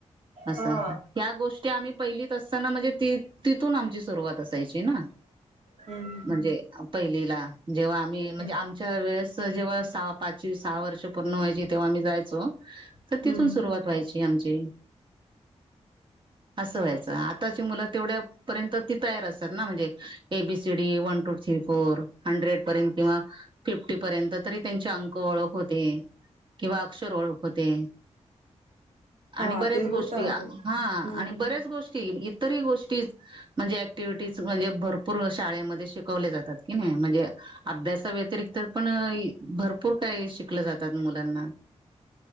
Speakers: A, on the right (about 45°); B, on the right (about 80°).
A: असं
B: हा
A: ह्या गोष्टी आम्ही पहिलीत असताना म्हणजे ती. तिथून आमची सुरुवात असायची ना.
B: हम् ह
A: म्हणजे पहिलीला जेव्हा आम्ही म्हणजे
B: हम्म
A: आमच्या वेळेस. जेव्हा स पाच सहा वर्ष पूर्ण व्हाय तेव्हा मी जायचो तर
B: हम्म
A: तिथून सुरुवात व्हाय ची आमची. असं व्हायचं आताची मुलं तेवढ्या पर्यंत ती तयार असतात ना म्हणजे एबीसी. वन ट फर हंड्रेड पर्यंत किंवा फिफ्टी पर्यंत तरी त्यांचे अंक ओळख होते. किंवा अक्षर ओळख होते.
B: हा
A: आणि बऱ्याच
B: ते
A: गोष्टी
B: होत आता
A: हा
B: हम्म.
A: आणि बऱ्याच गो ष्टी इतरही गोष्टी म्हणजे ऍक्टिव्हिटी अशी भरपूर शाळेम ध्ये शिकवले जातात कि नाही म्हणजे अभ्याव्यतिरिक्त पण भरपूर काय शिकल जा तात मुलांना.